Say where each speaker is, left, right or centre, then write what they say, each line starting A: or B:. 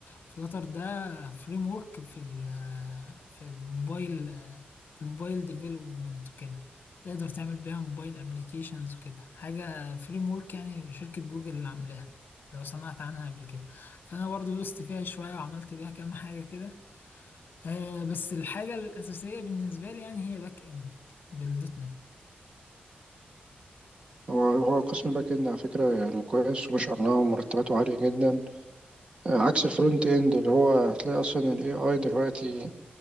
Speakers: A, on the left; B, on the right.
A: فلاتر ده فريم ورك في ال- في الموبايل في الموبايل ديفلوبمنت وكده تقدر تعمل بيها موبايل ابليكيشنز وكده حاجة فريم ورك يعني شركة جوجل اللي عاملاها لو سمعت عنها قبل كده فانا برضو دوست فيها شوية وعملت بيها كام حاجة كده آه، بس الحاجة الأساسية بالنسبة لي يعني هي باك اند بالدوت نت
B: هو هو قسم باك اند على فكرة يعني كويس وما شاء الله ومرتباته عالية جدا آه، عكس الفرونت اند اللي هو هتلاقي اصلا الاي اي دلوقتي